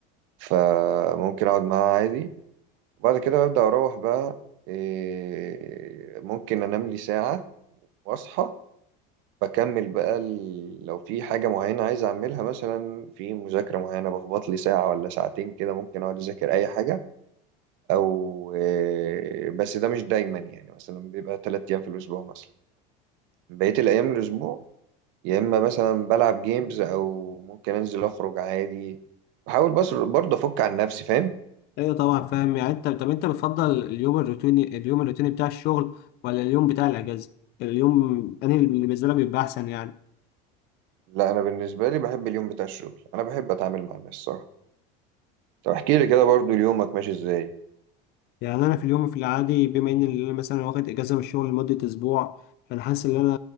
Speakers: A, on the right; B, on the left.
A: فممكن أقعد معاه عادي وبعد كده ببدأ أروح بقى إيه، ممكن أنام لي ساعة وأصحى بكمل بقى ال- لو في حاجة معينة عايز أعملها مثلا في مذاكرة معينة بخبط لي ساعة ولا ساعتين كده ممكن أقعد أذاكر أي حاجة أو آه، بس ده مش دايما يعني مثلا بيبقى تلات أيام في الأسبوع مثلا بقية الأيام الأسبوع يا إما مثلا بلعب جيمز أو ممكن أنزل أخرج عادي بحاول بس برضه أفك عن نفسي فاهم
B: ايوه طبعا فاهم يعني انت طب انت بتفضل اليوم الروتيني اليوم الروتيني بتاع الشغل ولا اليوم بتاع الاجازه اليوم انا اللي بالنسبه لك بيبقى احسن يعني
A: لا أنا بالنسبة لي بحب اليوم بتاع الشغل أنا بحب أتعامل مع الناس صراحة طب احكي لي كده برضه يومك ماشي إزاي
B: يعني انا في اليوم في العادي بما ان انا مثلا واخد اجازه من الشغل لمده اسبوع فانا حاسس ان انا